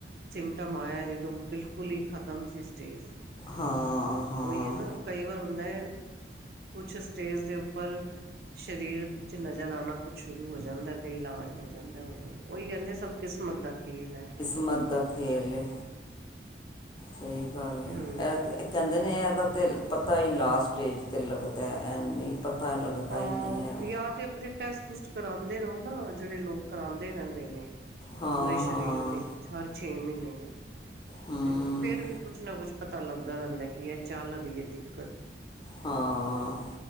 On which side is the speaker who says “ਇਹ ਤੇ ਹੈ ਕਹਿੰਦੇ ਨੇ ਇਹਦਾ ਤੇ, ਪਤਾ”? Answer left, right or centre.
Left